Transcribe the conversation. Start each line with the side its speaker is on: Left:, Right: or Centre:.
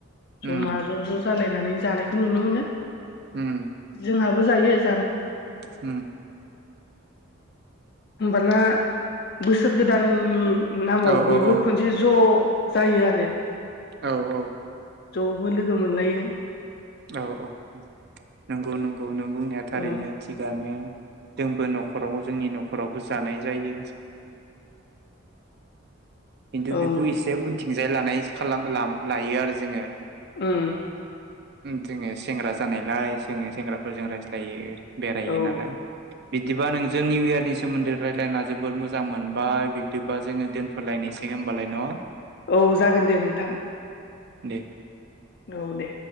Left: जमा
Right: उम
Left: ज' ज' जालायनानै जानायखौ नुनो मोनो ।
Right: हम ।
Left: जोंहाबो जायो ।
Right: उम ।
Left: होनबाना बोसोर गोदाननि नामाव
Right: औ
Left: बयबो
Right: औ
Left: खनसे ज' जायो आरो
Right: औ औ ।
Left: ज'बो लोगो मोनलायो ।
Right: औ औ नंगौ नंगौ नों बुंनाया थारैनो
Left: औ
Right: थिगानो । जोंबो न'खराव जोंनि न'खरावबो जानाय जायो खिन्थु
Left: औ
Right: बेखौ एसे उनथिंजाय लानाय लायो आरो जोङो ।
Left: उम ।
Right: जोङो सेंग्रा जानायलाय जोङो सेंग्राफोरजों रायज्लायो बेरायो
Left: औ
Right: नालाय बिदिबा नोंजों निउ इयारनि सोमोन्दै रायजलायना जोबोद मोजां मोनबाय बिदिबा जोङो दोनथ'लायनोसै । होमबालाय न'
Left: औ जागोन दे नोंथां
Right: दे
Left: औ दे